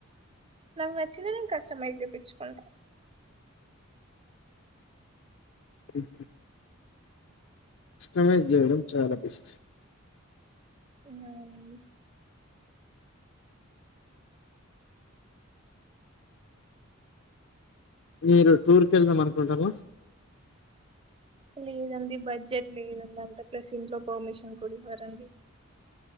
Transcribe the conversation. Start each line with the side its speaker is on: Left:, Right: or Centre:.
Right: నాకు నచ్చినవి నేను కస్టమైజ్ చెప్పిచ్చుకుంట
Left: ఉహూ కస్టమైజ్ చేయడం చాలా బెస్ట్
Right: ఇంకేం అండి
Left: మీరు టూర్ కి వెళ్దాం అనుకుంటారా
Right: లేదండి బడ్జెట్ లేదండి అంటే ప్లస్ ఇంట్లో పర్మిషన్ కూడా ఇవ్వారండి